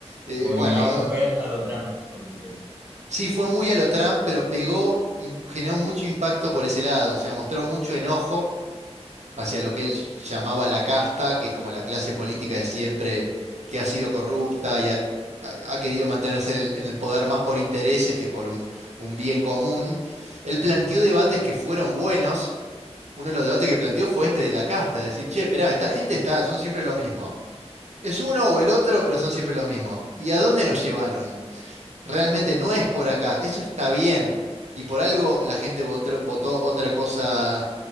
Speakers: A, on the right (about 90°); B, on the right (about 15°).
A: eh,
B: Como
A: bueno,
B: que mi ley fue
A: em,
B: muy al- a lo Trump, por decir así.
A: sí fue muy a lo Trump, pero pegó, im- generó mucho impacto por ese lado, o sea, mostró mucho enojo hacia lo que él llamaba la casta, que es como la clase política de siempre, que ha sido corrupta y ha, ha- ha querido mantenerse en el en el poder más por intereses que por un, un bien común. Él planteó
B: Claro.
A: debates que fueron buenos. Uno de los debates que planteó fue este de la casta, decir, che, esperá, esta gente está, son siempre lo mismo. Es uno o el otro, pero son siempre lo mismo. ¿Y a dónde nos llevaron? Realmente no es por acá, eso está bien. Y por algo la gente votó votó otra cosa